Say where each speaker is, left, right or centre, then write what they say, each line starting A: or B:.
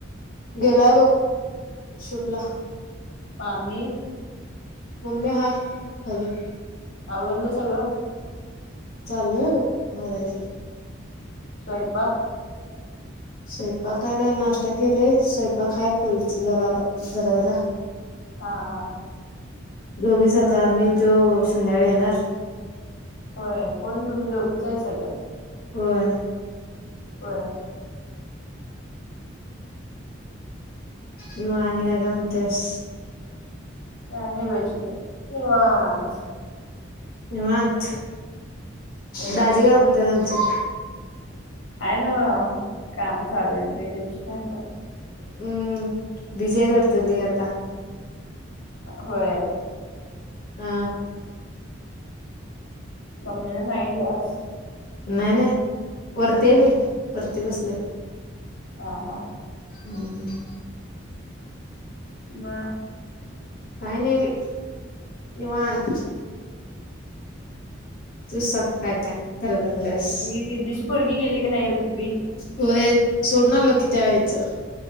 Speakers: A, on the left; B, on the left.
A: गेलाय बघ शूट ला,
B: मामी
A: मम्ी हाय खाली.
B: आवरल सगळं
A: चालूय बघ आवरायचा
B: स्वयंपाक
A: स्वयंपाक नाही, नाश्ता केलेय स्वयंपाका कल जरा जरा जरा
B: हा हा
A: दोघीचात आ मी तो संध्याकाळी येणार
B: होय कोण तुम्ही दोघीच हायसा आता.
A: होय.
B: होय.
A: मग आणि काय काय म्हणत्यास.
B: काय नाही चिमे निवांत.
A: निवांत
B: होय
A: दाजी काय म्हणतात आमचे
B: आहे नव काम चालूयत बाई त्यांची.
A: हम्म विजय नोडतली आता.
B: होय.
A: हा.
B: मम्मीला सांगितल्यास क्लास.
A: नाही नाही वरती आहे मी परती बसलेय.
B: हा हा.
A: हम्.
B: म
A: काही नाही बाई निवान. तू सांग काय काय. कराय लागल्यास
B: दिदी दिदीची पोरगी गेली की, नाही ऋतवी.
A: होय सोडून आलो की त्या आईच यायचं.